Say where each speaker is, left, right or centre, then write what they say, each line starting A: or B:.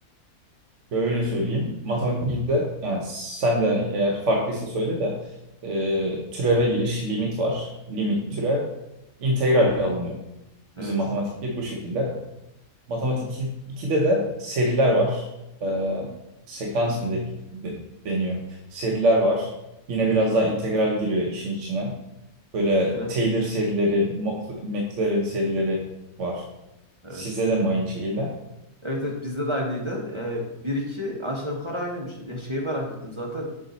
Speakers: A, on the right (about 55°); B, on the right (about 25°).
A: Böyle söyleyeyim. Matematik birde yani sen de eğer farklıysa söyle de e, türeve giriş limit var. Limit türev integralle alınıyor.
B: Evet.
A: Bizim matematik bir bu şekilde. Matematik 2 2'de de seriler var. E, sekans mı de, de- deniyor? Seriler var. Yine biraz daha integral giriyor işin içine. Böyle
B: Hı-hı. Bire.
A: Taylor serileri, Moc- McLaren serileri var.
B: Evet.
A: Sizde de mi aynı şekilde?
B: Evet evet bizde de aynıydı. Ee, 1-2 aşağı yukarı aynıymış. Ya şeyi merak ettim zaten.